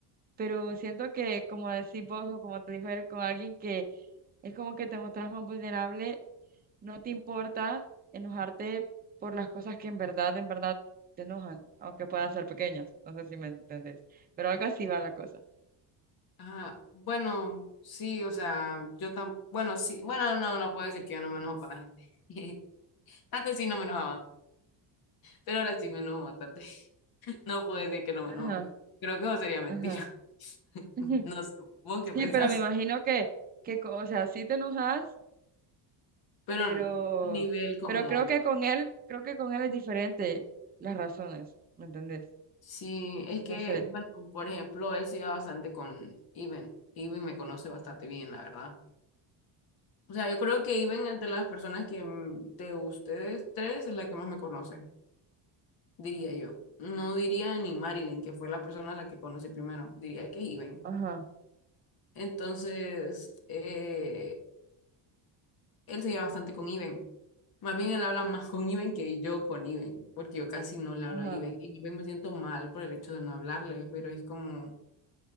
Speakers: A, on the right; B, on the left.
A: pero siento que como decís vos o como te dijo él, con alguien que es como que te mostras más vulnerable, no te importa enojarte por las cosas que en verdad, en verdad te enojan, aunque puedan ser pequeñas, no sé si me entendés, pero algo así va la cosa.
B: Ajá, bueno, sí, o sea, yo tan, bueno, sí, bueno, no, no puedo decir que yo no me enojo con la gente. <laughs> Antes sí no me enojaba, pero ahora sí me enojo bastante. No puedo decir que no
A: Ajá,
B: me enojo con él. Creo que eso sería mentira.
A: ajá.
B: <laughs>
A: <laughs>
B: No sé, vos qué pensás.
A: Sí, pero me imagino que, que, co- o sea, sí te enojas,
B: Pero
A: pero,
B: a nivel como,
A: pero creo que con él, creo que con él es diferente las razones, ¿me entendés?
B: sí, es que,
A: No sé.
B: bueno, por ejemplo, él se lleva bastante con Iben. Iben me conoce bastante bien, la verdad. O sea, yo creo que Iben es de las personas que mm, de ustedes tres es la que más me conoce, diría yo. No diría ni Marilyn, que fue la persona a la que conocí primero, diría que Iben.
A: Ajá,
B: Entonces, eh, él se lleva bastante con Iben. Más bien él habla más con Iben que yo con Iben, porque yo casi no le hablo
A: ajá.
B: a Iben. Y Iben me siento mal por el hecho de no hablarle, pero es como,